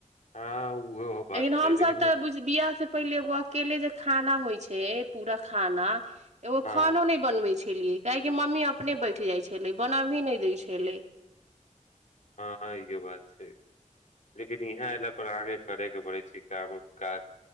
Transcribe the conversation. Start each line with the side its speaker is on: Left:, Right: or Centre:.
Left: हँ उहो बात
Right: लेकिन हमसभ
Left: छै लेकिन
Right: तऽ बिियाह से पहिले एगो अकेले जे खाना होइ छै सेे पूरा खाना एगो
Left: हँ
Right: खानो नहि बनबै छै ेलिय काहे मम्मी अपने बै उठ जाइ छलै बना भी नहि दै छलै
Left: हँ इहो बात छै लेकिन इहाँ एयल पर आगे करे के पड़ै छै काम काज